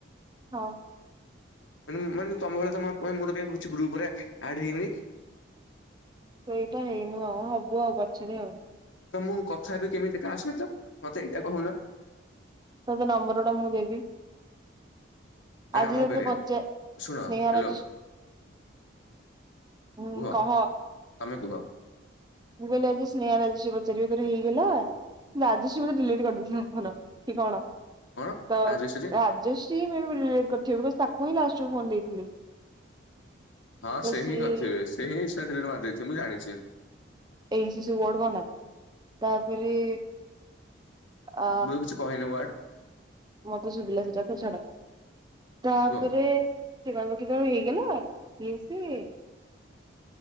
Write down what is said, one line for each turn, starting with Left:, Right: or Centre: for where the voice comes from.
Right: ହଁ।
Left: ମାନେ ମାନେ ତମ ଭଳିଆ ତ ମୁ କାଇଁ ମୁ ତ କାଇଁ କିଛି ଗ୍ରୁପ୍ ରେ ଆଡ ହେଇନି।
Right: ସେଇଟା ହେଇନୁ ଆଉ ହବୁ ଆଉ ପଛରେ ଆଉ।
Left: ତ ମୁଁ କଥା ହେବି କେମିତି କା ସହିତ ମତେ ଏଇଟା କହୁନ।
Right: ତତେ ନମ୍ବର ଗୋଟା ମୁଁ ଦେବି।
Left: ଗୋଟେ
Right: ଆଜି
Left: କାମ
Right: ଯଦି
Left: କରିବା
Right: ପଚା
Left: ଶୁଣ
Right: ସ୍ନେହା
Left: ହ୍ୟାଲୋ
Right: ରାଜିି ହୁଁ
Left: କୁହ
Right: କହ।
Left: ତମେ କୁହ।
Right: ମୁଁ କହିଲି ଆଜି ସ୍ନେହା ରାଜେଶ ପଚାରିବ ତୋର ହେଇଗଲା ରାଜେଶ ବୋଧେ ଡିଲେଟ୍ କରିଦେଇଥିବ ଫନ। ତି କଣ
Left: କଣ
Right: ତ
Left: ରାଜେଶ୍ରୀ
Right: ରାଜେଶ। <unintelligible> ତାକୁ ହିଁାଷ୍ଟ ଫୋନ ଦେଇଥିଲି।
Left: ହଁ
Right: ତ
Left: ସେ
Right: ସିଏ
Left: ହିଁ କରିଥିବେ ସେ ହିଁ ଇନ୍ସ୍ତା ଡିଲେଟ୍ ମାରି ଦେଇଥିବେ ମୁଁ ଜାଣିଛି।
Right: ଏ ଇ ସି ସି ବୋର୍ଡ ବନା ତାପରେ। ଆ
Left: ବୁଲ କିଛି କହିଲ ୱାର୍ଡ।
Right: ମତେ ଶୁଭିଲା ସେଟା ତ ଛାଡ଼ ତାପରେ।
Left: କୁହ
Right: ସେ କଇବକି କ ହେଇଗଲା ଇଏ ସିଏ।